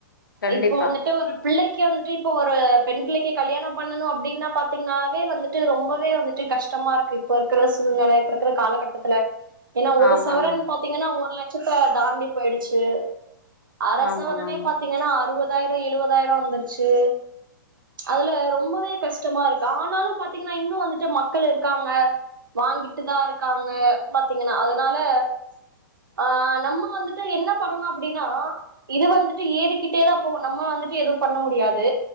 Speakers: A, on the left (about 75°); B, on the right (about 70°).
A: கண்டிப்பா
B: இப்போ வந்துட்டு ஒரு பிள்ளைக் கே வந்துட்டு இப்போ ஒரு பெண் பிள்ளைகே கல்யாணோ பண்ணணும் அப்படின்னா பாத்தீங்கன்னாவே வந்துட்டு ரொம்பவே வந்துட்டு கஷ்டமாருக் க்கு இப்ப இருக்கற சூழ்நெல இப்ப இருக்கற காலகட்டத்துல ஏன்னா ஒரு
A: ஆமாங்க
B: சவரன் பா பாத்தீங்கன்னா ஒரு லட்சத்த தாண்டி போயிடுச்சு அர
A: ஆமா
B: சவரனே
A: ஆமா
B: பாத்தீங்கன்னா அறுவ பதாயிரம் எழுவதாயிரம் வந்துருச்சு அதுல ரொம்பவே கஷ்டமாருக்கு ஆனாலு பாத்தீங்கன்னா இன்னு வந்துட்டு மக்கள் எடுக்காங்க வாங்கிட்டுதாருக்காங்க பாத்தீங்கன்னா அதனால ஆ நம்ம வந்துட்டு என்ன பண்ணணும் அப்படீன்னா இது வந்துட்டு ஏறிக்கிட்டேதா போகும் நம்ம வந்துட்டு எதுவு பண்ண முடியாது